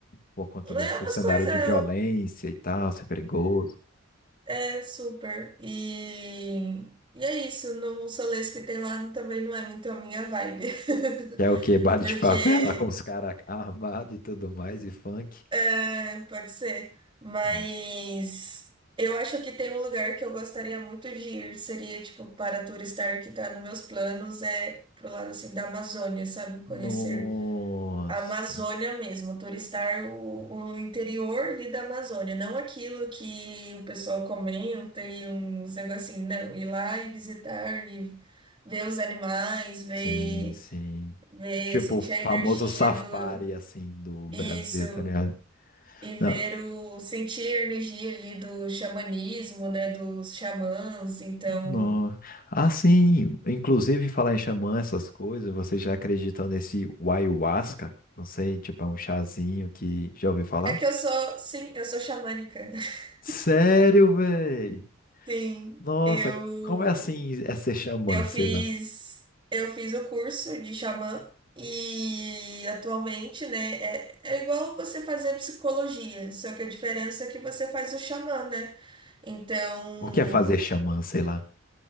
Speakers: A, on the left (about 45°); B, on the right (about 25°).
A: por conta
B: né,
A: desse
B: é umas
A: cenário
B: coisas.
A: de violência e tal, ser perigoso.
B: É, é super. E, e é isso. No Solês que tem lá também não é muito a minha vibe.
A: Que é o
B: <laughs>
A: quê? Baile
B: Porque
A: de favela com os caras armados e tudo mais, e funk.
B: É, pode ser. Mas
A: Hum.
B: eu acho que tem um lugar que eu gostaria muito de ir, seria tipo para turistar que tá nos meus planos, é pro lado assim da Amazônia, sabe? Conhecer
A: Nossa,
B: a Amazônia mesmo, turistar o, o interior ali da Amazônia, não aquilo que o pessoal comenta e uns negocinhos, não, ir lá e visitar e ver os animais, ver,
A: sim, sim.
B: ver,
A: Tipo,
B: sentir
A: o famoso
B: a energia
A: safari,
B: do
A: assim, do
B: isso
A: Brasil, tá ligado?
B: e ver
A: Não,
B: o sentir a energia ali do xamanismo, né, dos xamãs. Então,
A: não. Ah, sim, inclusive falar em xamã, essas coisas, vocês já acreditam nesse ayahuasca? Não sei, tipo, é um chazinho que já ouviu falar?
B: é que eu sou, sim, eu sou xamânica. <laughs>
A: Sério, véi?
B: Sim,
A: Nossa,
B: eu
A: como é assim é ser xamã,
B: eu
A: sei
B: fiz
A: lá?
B: eu fiz o curso de xamã e atualmente, né, é, é igual você fazer psicologia, só que a diferença é que você faz o xamã, né? Então,
A: O que é fazer xamã, sei lá?